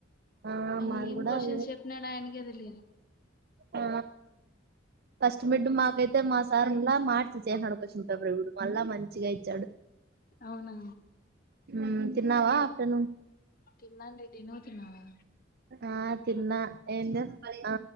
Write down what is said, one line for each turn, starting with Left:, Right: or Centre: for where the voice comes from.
Right: ఆ
Left: అయేం
Right: మాది కూడా
Left: కొషన్స్
Right: అదే
Left: చెప్పినాడాయనకే తెలీదు
Right: ఆ ఫస్ట్ మిడ్డు మాకైతే మాస్ సార్ ఉండ్లా మార్చిచ్చేస్నాడు క్వశ్చన్ పేపర్ ఇప్పుడు మళ్ళా మంచిగా ఇచ్చాడు
Left: అవునా
Right: మ్మ్ తిన్నావా ఆఫ్టర్నూన్
Left: తిన్నాను రెడి నువు తిన్నావా
Right: ఆ తిన్నా ఏం చేస్ ఆ